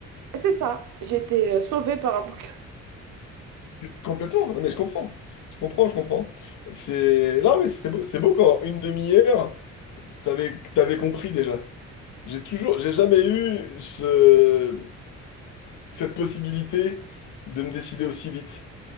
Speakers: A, on the right; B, on the left.
A: C'est ça, j'étais euh, sauvée par un... <laughs>
B: Complètement. Non, mais je comprends. Je comprends, je comprends. C'est non, mais c'est beau, c'est beau quand une demi-heure, t'avais t'avais compris déjà. J'ai toujours, j'ai jamais eu ce cette possibilité de me décider aussi vite.